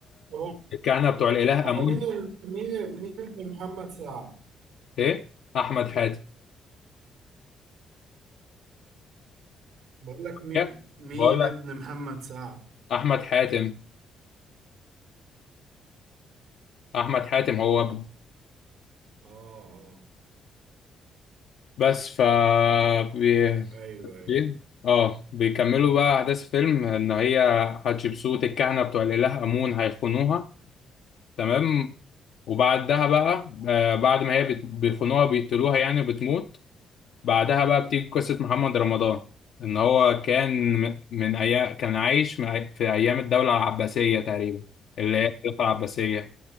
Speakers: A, on the right; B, on the left.
A: هو
B: الكهنه بتوع الاله
A: هو
B: امون
A: مين ال... مين مين ابن محمد سعد
B: ايه احمد حاتم
A: بقول لك مين
B: إيه؟
A: مين
B: بقول لك
A: ابن محمد سعد
B: احمد حاتم احمد حاتم هو ابنه
A: اه اه
B: بس ف بي...
A: ايوه ايوه
B: بي- اه بيكملوا بقى احداث الفيلم ان هي حتشبسوت الكهنه بتوع الاله امون هيخونوها تمام وبعدها بقى آه بعد ما هي بت- بيخونوها بيقتلوها يعني وبتموت بعدها بقى بتيجي قصة محمد رمضان إن هو كان م- من أيام كان عايش من أي- في أيام الدولة العباسية تقريبا اللي هي الخلافة العباسية